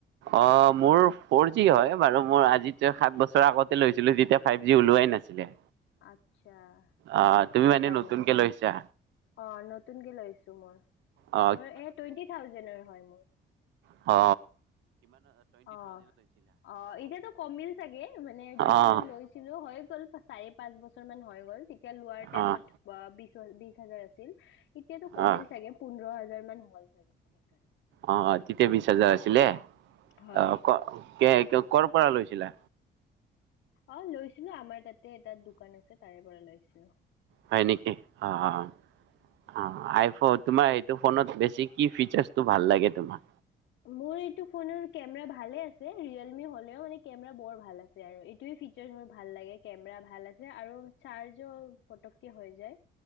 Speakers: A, on the right; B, on the left.
A: অ মোৰ ফৰ জি হয় বাৰু মোৰ আজি তে সাত বছৰ আগতে লৈছিলো তেতিয়া ফাইভ জি ওলোৱাই নাছিলে
B: আচ্ছা
A: অ তুমি
B: সেইকাৰণে
A: মানে নতুনকে লৈছা
B: অ নতুনকে লৈছো মই
A: অ
B: মই এ টুৱেন্টি থাউজেনৰ হয় মোৰ
A: অ
B: অ অ এতিয়াতো কমিল চাগে মানে যেতিয়া
A: অঁ
B: মই লৈছিলো হয় গ'ল চাৰি পাঁচ বছৰ মান হৈ গ'ল তেত তিয়া লোৱাৰ টাইমত
A: অঁ
B: বা বি বিশ হাজাৰ আছিল এতিয়াতো কমিল
A: অঁ
B: চাগে পোন্ধৰ হাজাৰ মান হল চাগে সেইকাণে
A: অ অ ততিয়া বিছ হাজাৰ আছিলে
B: হয়
A: অ ক কে কৰ' পৰা লৈছিলা
B: অ লৈছিলো আমাৰ তাত তে তাত দোকান আছে তাৰে পৰা লৈছ অহ
A: হয় নেকি অ অ অ আই ফ তোমাৰ সেইটো ফোনত বেছি কি ফিচাৰটো ভাল লাগে তোমাৰ
B: মোৰ এইটো ফোনৰ কেমেৰা ভালে আছে ৰিয়েলমি হলেও মানে কেমেৰা বৰ ভাল আছে আৰু এইটোৱে ফিচাৰ মোৰ ভাল লাগে কেমেৰা ভাল আছে আৰ চাৰ্জো পটকে হৈ যায়